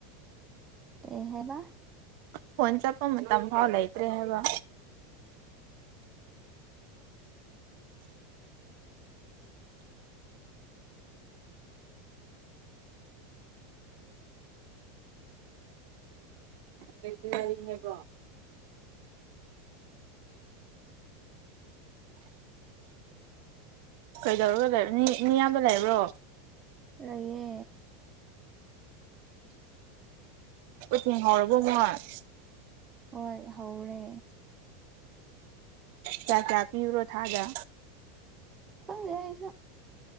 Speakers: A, on the right; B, on the right.
A: ꯑꯦ ꯍꯥꯏꯦꯕ
B: ꯐꯣꯟ ꯆꯠꯄ ꯃꯇꯝ ꯐꯥꯎ ꯂꯩꯇ꯭ꯔꯦ ꯍꯥꯏꯕ ꯂꯩꯔꯤ ꯍꯥꯏꯕꯣ ꯀꯩꯗꯧꯔꯒ ꯂꯩꯕ ꯃꯤꯌꯥꯝꯕ ꯂꯩꯕ꯭ꯔꯣ
A: ꯑꯌꯦ
B: ꯁꯍꯔꯔꯕꯣ ꯃꯉꯣꯏ
A: ꯍꯣꯏ ꯍꯧꯔꯦ
B: ꯆ ꯀꯌꯥ ꯄꯤꯕꯔꯣ ꯊꯥꯖ
A: ꯑ ꯌꯥ